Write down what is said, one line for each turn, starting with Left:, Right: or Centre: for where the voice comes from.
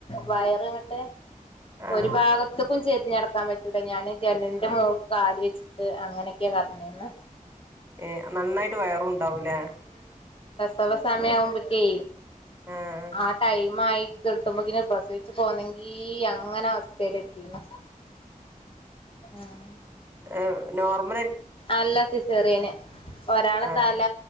Left: വയറിൻ്റെ
Right: ആഹ്
Left: ഒരു ഭാഗത്ത് ക്കും ചെരിഞ്ഞടക്കാൻ പറ്റൂല ഞാൻ ജനന്റെ മോ കാല് വെച്ചിട്ട് അങ്ങനെയൊക്കെയാ കെടന്നീന്
Right: ഏ നന്നായിട്ട് വയറും ഉണ്ടാവൂലേ
Left: തവസമയ ആവുമ്പക്ക്
Right: ആഹ്
Left: ആ ടൈം ആയി കിട്ടുമ്പോക്കിന് പ്രസവിച്ചു പോന്നെങ്കി അങ്ങനെ അവസ്ഥയില എത്തിന്ന ആഹ്
Right: ഹ് നോർമൽ
Left: അല്ല സിസേറിയന് ഒരാള
Right: ആഹ്
Left: തല